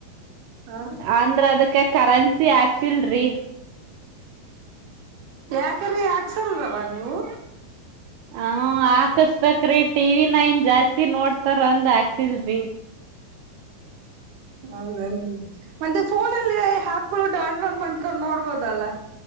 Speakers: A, on the right (about 70°); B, on the right (about 85°).
A: ಹ
B: ಅಂದ್ರ ಅದಕ್ಕೆ ಕರೆಂ <inaudible> ಆಾಕ್ಸಲ್ ರರಿ
A: ಬೇಕರಿ ಹಾಕ್ಸಲ್ದವ ನೀವು
B: ಹ ಹಾಕಸ್ಬೇಕ್ರೀ ಟಿವ ನ ನ್ ಜಾಸ್ತಿ ನೋಡ್ತಾರ ಅಂದ್ ಆಾಕ್ತಿಲ್ರರಿ
A: ಹೌದ <inaudible> ಮತ್ತೆ ಫೋನಲ್ಲಿ ಆ್ಯಪ್ ಗಳು ಡೌನ್ಲೋಡ್ ಮಾಡಂದ್ಕೊಂಡು ನೋಡ್ಬೋದಲ್ಲ